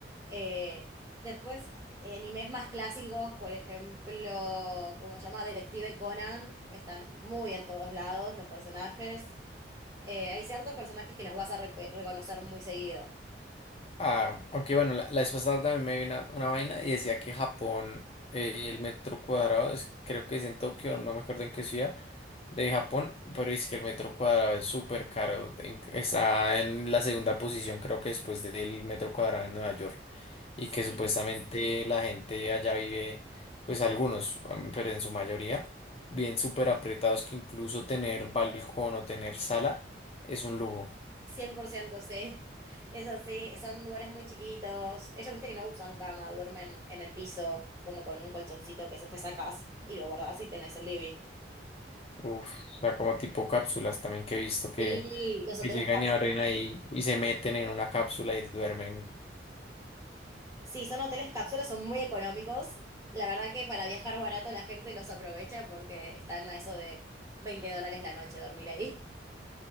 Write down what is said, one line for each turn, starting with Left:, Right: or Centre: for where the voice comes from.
Right: Eh, después, eh, animes más clásicos, por ejemplo, como se llama Detective Conan, están muy en todos lados los personajes. Eh, hay ciertos personajes que los vas a re- reconocer muy seguido.
Left: Ah, aunque bueno, la, la vez pasada también me vi una, una vaina y decía que Japón, eh, el metro cuadrado, es- creo que es en Tokio, no me acuerdo en qué ciudad de Japón, pero es que el metro cuadrado es súper caro, en- está en la segunda posición creo que después del metro cuadrado en Nueva York y
Right: Sí.
Left: que supuestamente la gente allá vive, pues algunos, mm, pero en su mayoría, bien súper apretados que incluso tener balcón o tener sala es un lujo.
Right: cien por ciento sí, es así, son lugares muy chiquitos, ellos viste que no usan cama, duermen en el piso como con un colchoncito que después sacás y lo guardás y tenés el living.
Left: Uf, o sea, como tipo cápsulas también que he visto que
Right: Sí, los hoteles
Left: que llegan
Right: cápsulas.
Left: y abren ahí y se meten en una cápsula y duermen.
Right: Sí, son hoteles cápsulas, son muy económicos. La verdad que para viajar barato la gente los aprovecha porque están a eso de 20 dólares la noche dormir ahí.